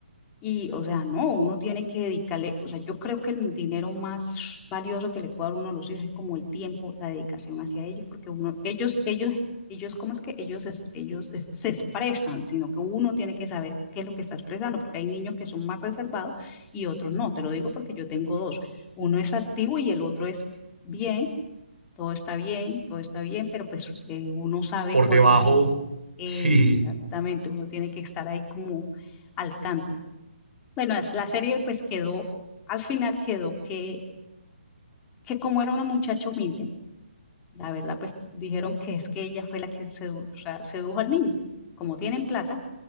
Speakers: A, on the left; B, on the right.
A: Y, o sea, no, uno tiene que dedicarle, o sea, yo creo que el dinero más valioso que le puede dar uno a los hijos es como el tiempo, la dedicación hacia ellos, porque uno, ellos, ellos, ellos, ¿cómo es que ellos, es- ellos es- se expresan? Sino que uno tiene que saber qué es lo que está expresando, porque hay niños que son más reservados y otros no. Te lo digo porque yo tengo dos. Uno es activo y el otro es bien, todo está bien, todo está bien, pero pues eh, uno sabe
B: por
A: cuándo
B: debajo,
A: tiene.
B: <laughs>
A: Exactamente,
B: sí,
A: uno tiene que estar ahí como al tanto. Bueno, es- la serie pues quedó, al final quedó que, que como era una muchacha humilde, la verdad pues dijeron que es que ella fue la que sedu- o sea, sedujo al niño. Y como tienen plata,